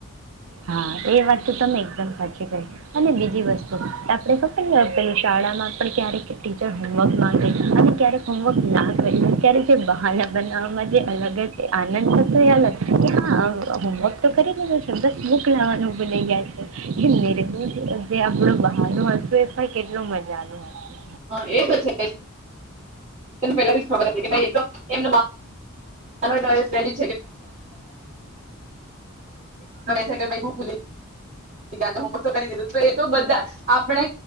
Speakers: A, on the right (about 70°); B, on the right (about 35°).
A: હા એ વાત તો તમે એકદમ સાચી કરી અને બીજી વસ્તુ આપણે ખબર ને પેલું શાળામાં પણ ક્યારેક ટીચર હોમવર્ક માંગે અને ક્યારેક હમવર્ક ના કર્યું ક્યારેક તે બહાના બનાવવામાં જે અલગ જ આનંદ હતો તો એ અલગ કે હા હોમવર્ક તો કરી દીધો છે બસ બુક <unintelligible> જાય છે. હિન્ <unintelligible> જે આપડો બહાનું હતું એ પણ કેટલ મજા નું હતુ.
B: હ એ તો છે પેલા ખબર હતી કે તો, એમ <unintelligible> બધાનો છે કે હ ભૂલી કરી દીધું એ તો બધા આપણે